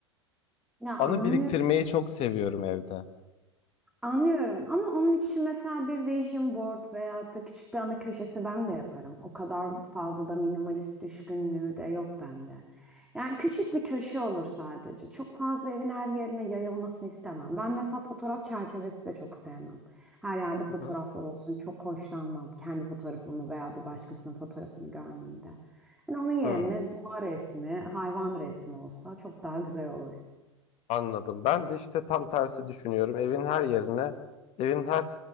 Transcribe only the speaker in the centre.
Ya anlıyorum.
Anlıyorum ama onun için mesela bir vision board veya da küçük bir ana köşesi ben de yaparım. O kadar fazla da minimalist düşkünlüğü de yok bende. Yani küçük
bir köşe olur sadece. Çok fazla evin her yerine yayılmasını istemem. Ben mesela fotoğraf çerçevesi de çok sevmem. Her yerde fotoğraflar
olsun çok hoşlanmam. Kendi fotoğrafımı veya bir başkasının fotoğrafını görmeyi de. Yani onun yerine
doğa resmi, hayvan resmi olsa çok daha güzel olur.